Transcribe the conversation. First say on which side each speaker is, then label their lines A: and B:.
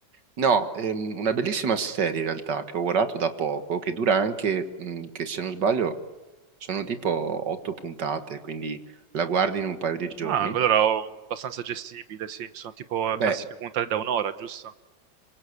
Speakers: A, on the right; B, on the right.
A: No, ehm, una bellissima serie in realtà che ho guardato da poco, che dura anche, mh, che se non sbaglio sono tipo otto puntate, quindi la guardi in un paio di giorni.
B: Ah, allora ho abbastanza gestibile, sì. Sono tipo
A: Beh,
B: classiche puntate da un'ora, giusto?